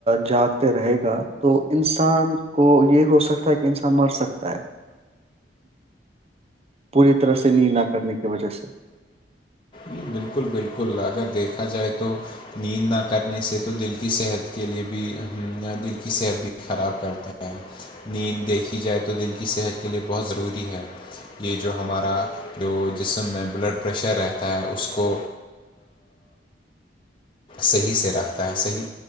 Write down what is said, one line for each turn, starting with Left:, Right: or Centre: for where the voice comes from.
Right: جاگتے رہے گا تو انسان کو یہ ہو سکتا ہے کہ انسان مر سکتا ہے پوری طرح سے نیند نہ کرنے کی وجہ سے
Left: جی بالکل بالکل اگر دیکھا جائے تو نیند نہ کرنے سے تو دل کی صحت کے لیے بھی دل کی صحت بھی خراب کرتا ہے نیند دیکھی جائے تو دل کی صحت کے لئے بہت ضروری ہے یہ جو ہمارا جو جسم ہے بلڈ پریشر ہے ہے اس کو صحیح سے رکھتا ہے صحیح